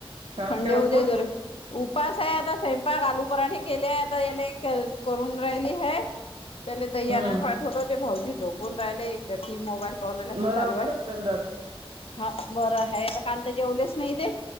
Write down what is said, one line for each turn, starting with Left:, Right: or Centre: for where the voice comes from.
Right: आज
Left: थंड
Right: काय
Left: हो
Right: उपास
Left: दे जरा उप उवपास आहे आता स्वयंपाक आलू पराठे केले आता याले करून राहिली ह त्याले द्यानंद
Right: हम्म
Left: पाठवलं ते भाऊजी झोपून राहिले गठी मोबाईल ल अस
Right: बरं
Left: चालू
Right: वाटत
Left: आहे
Right: त्यांना आता
Left: हा बरं आहे तर काल तर जेवलेच नाही ते